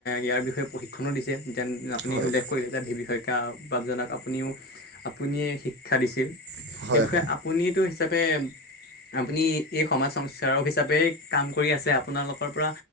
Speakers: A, on the left (about 60°); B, on the right (about 70°).
A: ইয়াৰ বিষয়ে প্ৰশিক্ষণো দিছে যেন আপুনি
B: হয়
A: উল্লেখ কৰিলে যে ধৱ শইকীয়া বাবজনক আপুনিও আপুনিয়ে শিক্ষা দিছিল
B: হয়
A: সেই বিষয়ে
B: হয়
A: আপুনিতো হিচাপে আপুনি এই সমাজ সংস্কাৰক হিচাপে কাম কৰি আছে আপোনালোকৰ পৰা